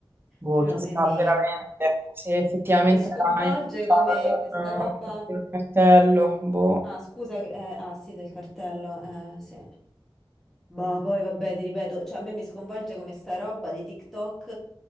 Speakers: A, on the right; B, in the centre.
A: Boh,
B: Però
A: chissà
B: a me mi,
A: veramente se effettivamente
B: mi sconvolge
A: era influenzato
B: come questa
A: con
B: roba.
A: eh, il cartello. Boh.
B: Ah, scusa, che- eh, ah sì, del cartello, eh, sì. Boh, poi vabbè, ti ripeto, cioè a me mi sconvolge come sta roba di TikTok.